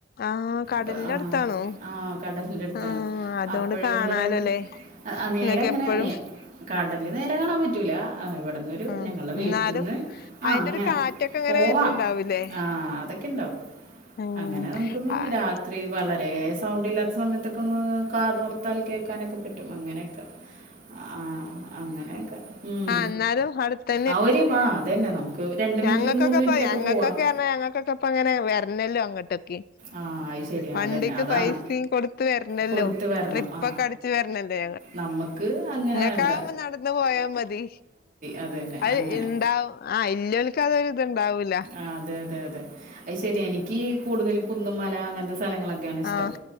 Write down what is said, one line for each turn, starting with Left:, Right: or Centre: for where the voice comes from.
Left: ആഹ് കടലിന്റെ
Right: ബ് ആഹ്
Left: അടുത്താണോ
Right: ആഹ് കടലിന്റെ അടുത്താണ്
Left: ആഹ് അതുകൊണ്ട്
Right: അപ്പഴെന്ന്
Left: കാണാലോല്ലേ
Right: പറയും അഹ് നേര
Left: നിങ്ങൾക്ക്
Right: അങ്ങനെ
Left: എപ്പഴും
Right: നേ കടല് നേരെ കാണാൻ പറ്റൂല ഇവിടന്ന് ഒരു ഒരു
Left: ആഹ്
Right: ഞങ്ങള്ട വീട്ട്ന്ന്
Left: എന്നാലും
Right: ആഹ്
Left: അയിന്റെ
Right: അങ്ങനെ
Left: ഒരു കാറ്റൊക്കെ ഇങ്ങനെ
Right: പോവാം
Left: വരുന്നുണ്ടാവൂലേ
Right: ആഹ് അതൊക്കെണ്ടാവും
Left: ഉം
Right: അങ്ങനെ നമുക്കൊന്ന്
Left: ആഹ്
Right: രാത്രി വളരെ സൗണ്ടില്ലാത് സമയത്തൊക്കെ ഒന്ന് കാതോർത്താൽ കേക്കാനൊക്കെ പറ്റും അങ്ങനെ ക്ക ആഹ് അങ്ങനെക്കെ ഉം
Left: ആഹ് എന്നാലും അടുത്തെ
Right: ആഹ് ഒരു വാ അതന്നെ നമുക്ക് രണ്ട് മിനിറ്റിൽ
Left: ഞങ്ങക്കൊക്കെ
Right: മൂന്ന് മിനിറ്റിലൊക്കെ
Left: ഇപ്പ ഞങ്ങക്കൊക്കെ
Right: പോവാം
Left: പറഞാ ഞങ്ങക്കൊക്കെപ്പങ്ങനെ വരണല്ലോ അങ്ങോട്ടെക്കെ
Right: ആ അത് ശരി
Left: വണ്ടിക്ക്
Right: അതന്നെ അതാണ്
Left: പൈസേം കൊടുത്ത് വര്ണല്ലോ
Right: കൊടുത്ത് വരണം
Left: ട്രിപ്പൊക്കടി
Right: ആ
Left: ച്ച് വരണല്ലേ
Right: നമുക്ക് അങ്ങനെ
Left: ഇങ്ങക്ക്
Right: വേണ്ട
Left: ആവുമ്പോ നടന്ന് പോയാ മതി
Right: അതന്നെ
Left: അത്
Right: അങ്ങനെ
Left: ഇണ്ടാവും ആഹ് ഇല്ലോൽക്ക് അതൊരിത്ണ്ടാവൂല്ല
Right: ആഹ് അതെ അതെ അതെ അത് ശരിയ എനിക്ക് കൂടുതൽ കുന്നുംമല അങ്ങനത്തെ സ്ഥലങ്ങളൊക്കെയാണ് ഇഷ്ടം
Left: ആഹ്